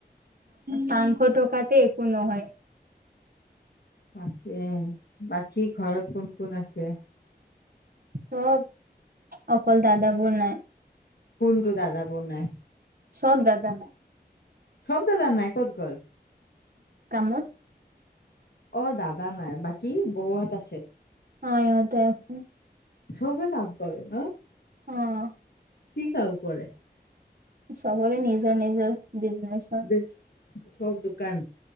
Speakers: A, on the right; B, on the left.
A: পানশ টকাতে একো নহয়।
B: তাকে, বাকী ঘৰত কোন কোন আছে?
A: চব অকল দাদা বৌ নাই।
B: কোনটো দাদা বৌ নাই।
A: চব দাদা নাই।
B: চব দাদা নাই, ক'ত গ'ল?
A: কামত
B: অ দাদা নাই বাকী বৌহত আছে।
A: অঁ, ইঁহতে আছে।
B: চবে কাম কৰে ন।
A: অঁ
B: কি কাম কৰে?
A: চবৰে নিজৰ নিজৰ বিজনেচ।
B: বি চব দোকান।